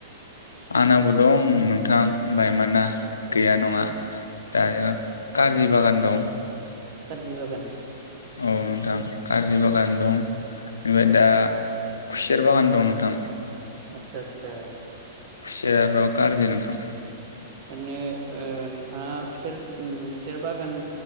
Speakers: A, on the left (about 80°); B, on the right (about 50°).
A: आंनाबो दं नोंथां बायमाना। गैया नङा। दायो कारजि बागान दं।
B: खारजि बागान।
A: औ नोंथां। खार्जि बागान
B: आदसा
A: दं। ओमफ्राय दा खुसेर बागान दं नोंथां
B: आतसा आतसा
A: खुसेर गाज्रि नोंथां
B: ओरैनो ओ नोंथाङा खुसेर उम खुसेर बागान